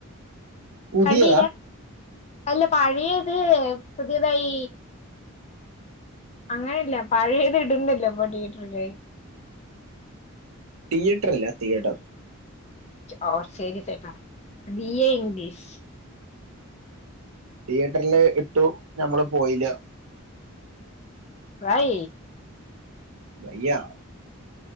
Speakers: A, on the right; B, on the left.
A: പുതിയതാ
B: കണ്ടീല്ലാ അല്ല പഴയത് പുതിയതായി അങ്ങനെയല്ല പഴയെത് ഇടുന്നില്ലെ ഇപ്പൊ ടിയേറ്ററ്ല്
A: ടിയേറ്റർ അല്ല തിയേറ്റർ
B: ഓഹ് ശരിസേട്ടാ ബി എ ഇംഗ്ലീഷ്
A: തിയേട്ടർല് ഇട്ടു ഞമ്മള് പോയില്ല
B: വൈ?
A: വയ്യാ